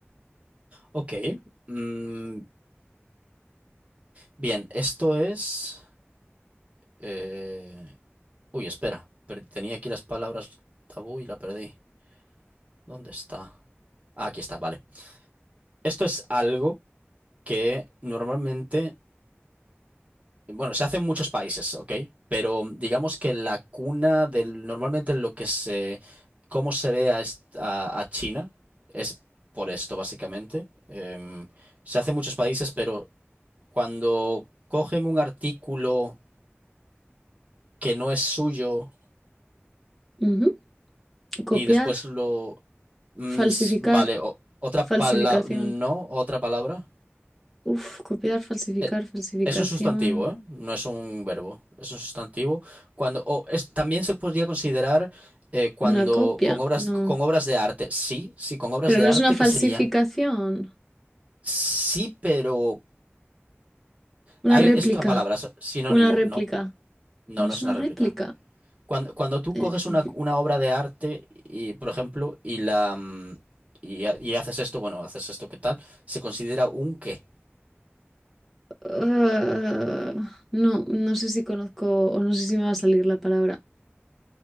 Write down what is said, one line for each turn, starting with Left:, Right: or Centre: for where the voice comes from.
Right: Ok. Mm, bien, esto es. eh, Uy, espera. per- Tenía aquí las palabras tabú y la perdí. ¿Dónde está? Ah, aquí está, vale. Esto es algo que normalmente, bueno, se hace en muchos países, ¿ok? Pero digamos que la cuna del, normalmente lo que se, cómo se ve a, est- a- a China es por esto, básicamente. Em, se hace en muchos países, pero cuando cogen un artículo que no es suyo
Centre: ujú. Copiar,
Right: y después lo, mm,
Centre: falsificar,
Right: s- vale, o- otra
Centre: falsificación.
Right: palabra, no, otra palabra.
Centre: Uf, copiar, falsificar,
Right: Eh,
Centre: falsificación.
Right: Es un sustantivo, ¿eh? No es un verbo. Es un sustantivo. Cuando, o es, también se podría considerar eh, cuando
Centre: Una copia,
Right: con obras,
Centre: no.
Right: con obras de arte. Sí, sí, con obras
Centre: Pero
Right: de
Centre: no
Right: arte,
Centre: es una falsificación.
Right: ¿qué sería? Sí, pero
Centre: Una
Right: hay,
Centre: réplica.
Right: es otra palabra, es sinónimo.
Centre: Una réplica.
Right: No, no,
Centre: No
Right: no
Centre: es
Right: es
Centre: una
Right: una
Centre: réplica.
Right: réplica. Cuando, cuando tú
Centre: Eh,
Right: coges una, una obra de arte y, por ejemplo, y la mm, y, ha- y haces esto, bueno, haces esto, ¿qué tal? Se considera un qué.
Centre: ah, no, no sé si conozco o no sé si me va a salir la palabra.